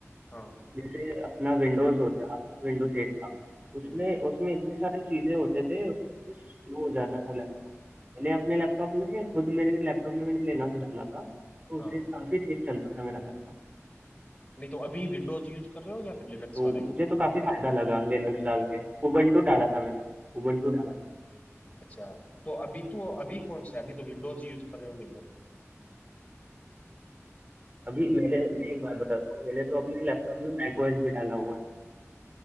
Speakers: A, on the left (about 25°); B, on the right (about 30°).
A: हाँ
B: जैसे अपना विंडोज़ होता है आपका विंडोज़ एट था उसमें
A: हम्म
B: उसमें इतने सारी चीज़ें होते थे उससे स्लो हो जाता था लैपटॉप मैंने अपने लैपटॉप में खुद मेरे लैपटॉप में मैंने लिनक्स डाला था तो उससे
A: हाँ
B: काफ़ी तेज़ चल रहा था मेरा लैपटॉप
A: नहीं तो अभी विंडोज यूज कर रहे हो या फिर लिनक्स
B: तो
A: वाला ये
B: मुझे तो काफ़ी फ़ायदा लगा लिनक्स डाल के उबंटू डाला था मैंने उबंटू डाला था
A: अच्छा तो अभी तो अभी कौन सा है अभी तो विंडोज यूज कर रहे होंगे ब्रो
B: अभी मैंने मैं एक बात बताता हूँ मैंने तो अपने
A: हम्म,
B: लैपटॉप में मैकओएस भी डाला हुआ है